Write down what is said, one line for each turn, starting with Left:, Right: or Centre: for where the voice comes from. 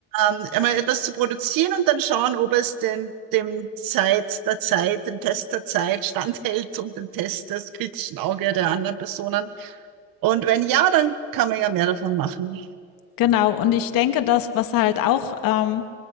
Right: ähm, einmal etwas zu produzieren und dann schauen, ob es den, dem Zeit der Zeit, dem Test der Zeit standhält und dem Test des kritischen Auge der anderen Personen. Und wenn ja, dann kann man ja mehr davon machen.
Left: genau. Und ich denke, das, was halt auch ähm,